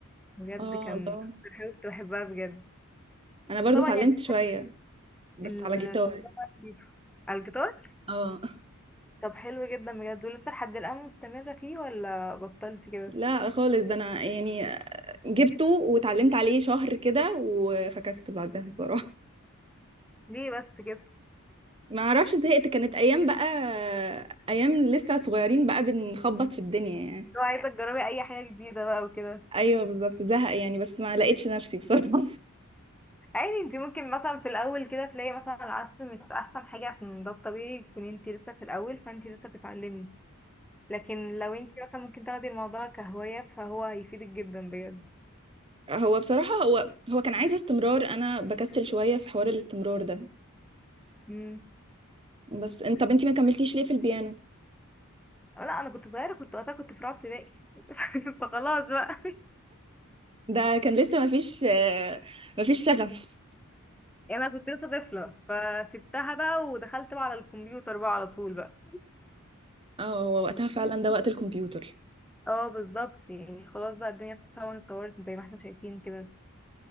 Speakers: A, in the centre; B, on the right.
A: بجد
B: اه
A: كان
B: الله
A: أكتر حاجة كنت بحبها بجد
B: انا برضو
A: بس طبعا
B: اتعلمت
A: يعني
B: شوية بس
A: ال-
B: على
A: الموضوع
B: جيتار
A: بقى جديد. على الجيتار
B: اه
A: طب حلو جدا بجد ولسه لحد الآن مستمرة فيه ولا بطلت كده
B: لا خالص ده انا يعني جبته واتعلمت عليه شهر كده وفكست بعدها بصراحة
A: ليه بس كده
B: <laughs> ما اعرفش زهقت كانت ايام بقى ايام لسه صغيرين بقى بنخبط في الدنيا يعني
A: لو عايزة تجربي أي حاجة جديدة بقى وكده
B: ايوه بالظبط زهق يعني بس ما لقيتش نفسي بصراحة
A: عادي انتي ممكن مثلا في الأول كده تلاقي مثلا العزف مش أحسن حاجة عشان ده الطبيعي تكوني انتي لسه في الأول فانتي لسه بتتعلمي لكن لو انتي مثلا ممكن تاخدي الموضوع كهواية فهو هيفيدك جدا بجد
B: <laughs> هو بصراحة هو هو كان عايز استمرار انا بكسل شوية في حوار الاستمرار ده
A: مم.
B: بس انت طب انت ما كملتيش ليه في البيانو
A: لا أنا كنت صغيرة كنت وقتها كنت في رابعة ابتدائي <laughs> فخلاص بقى
B: ده كان لسه ما فيش ما فيش شغف
A: يعني انا كنت لسه طفله فسبتها بقى ودخلت بقى على الكمبيوتر بقى على طول بقى
B: اه هو وقتها فعلا
A: <laughs>
B: ده وقت الكمبيوتر
A: اه بالظبط يعني خلاص بقى الدنيا طبعا اتطورت زي ما احنا شايفين كده